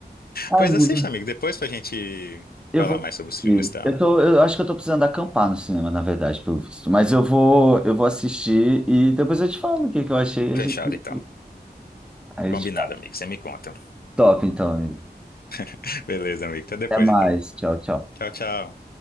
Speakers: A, in the centre; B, on the left (about 65°).
A: Ah,
B: Pois
A: amigo,
B: assista, amigo, depois pra gente
A: eu
B: falar
A: vou.
B: mais sobre os filmes, tá?
A: Eu tô, eu acho que eu tô precisando acampar no cinema, na verdade, pelo visto. Mas eu vou, eu vou assistir e depois eu te falo o que que eu achei.
B: Fechado,
A: A gente-
B: então.
A: Aí
B: Combinado,
A: eu te falo.
B: amigo, você me conta.
A: Top, então, amigo.
B: <laughs> Beleza, amigo, até depois,
A: Até mais.
B: então.
A: Tchau, tchau.
B: Tchau, tchau.